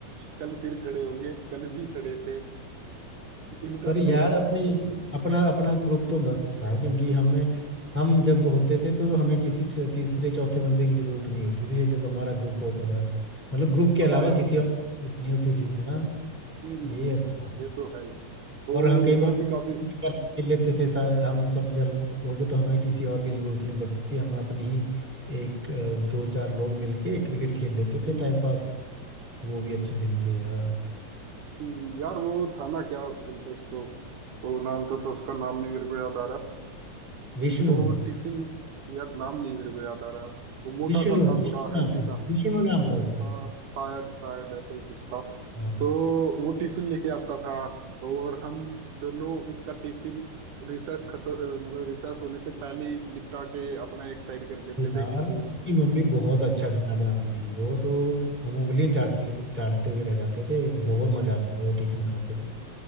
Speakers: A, on the right; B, in the centre.
A: कल फिर खड़े होंगे कल भी खड़े थे इनका
B: पर यार
A: तो रोज
B: अपनी
A: का है
B: अपना अपना ग्रुप तो मस्त था क्योंकि हमें हम जब होते थे तो हमें किसी च- तीसरे चौथे बंदे की जरूरत नहीं होती थी जब हमारा ग्रुप होता था मतलब ग्रुप के
A: हाँ
B: अलावा
A: यार
B: किसी
A: हम्म
B: और की जरूरत नहीं होती थी है ना
A: हम्म, हम्म,
B: ये
A: हम्म,
B: अच्छा
A: हम्म,
B: था
A: ये तो है ही। और
B: और हाँ कई बार
A: वो भी काफी
B: खेल लेते थे सारे हम सब जल लोग तो हमें किसी और की जरूरत नहीं पड़ती थी हम अपनी ही एक अ, दो चार लोग मिलके क्रिकेट खेल लेते थे
A: हम्म,
B: टाइम
A: हम्म,
B: पास के वो भी अच्छे दिन थे यार
A: हम्म, यार वो था ना क्या बोलते उसको वो नाम तो था उसका नाम नहीं मेरे को याद आ रहा
B: विष्णु
A: वो टिफिन यार नाम नहीं मेरे को याद आ रहा वो मोटा
B: विष्णु
A: सा था
B: विष्णु
A: थोड़ा हेल्दी
B: नाम था
A: सा
B: विष्णु नाम था उसका
A: हाँ शायद शायद ऐसा ही कुछ था
B: हाँ
A: तो वो टिफिन लेके आता था और हम दोनों उसका टिफिन रिसेस खत्म अ, मतलब रिसेस होने से पहले ही निपटा के अपना एक साइड कर देते
B: यार
A: थे कि तू
B: उसकी मम्मी बहुत अच्छा खाना बनाती थी वो तो हम उंगलियां चाट चाटते हुए रह जाते थे बहुत मजा आता था वो टिफिन खा के तो